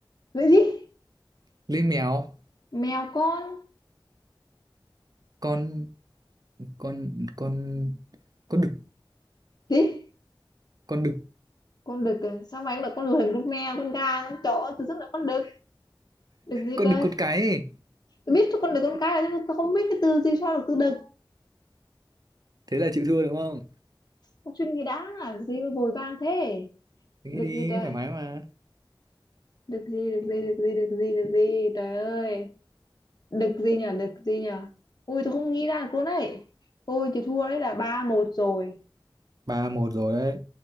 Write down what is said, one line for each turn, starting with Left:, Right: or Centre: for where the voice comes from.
Left: Lưỡi gì?
Right: lưỡi mèo
Left: Mèo con.
Right: con con con con đực
Left: Gì?
Right: con đực
Left: Con đực à? Sao mày cũng là con lười, con mèo, con gà, con chó. Từ rất là con đực. Đực gì
Right: con
Left: trời?
Right: đực con cái ấy.
Left: Tôi biết con đực con cái là nhưng mà tôi không biết cái từ gì sao được từ đực.
Right: thế là chịu thua đúng không
Left: Con chuyện gì đã? Gì mà vội vàng thế?
Right: nghĩ
Left: được
Right: đi
Left: gì trời
Right: thoải mái mà
Left: được gì được gì được gì được gì được gì trời ơi được gì nhở được gì nhở ui tôi không nghĩ ra được luôn đấy thôi chị thua đấy là ba một rồi
Right: ba một rồi đấy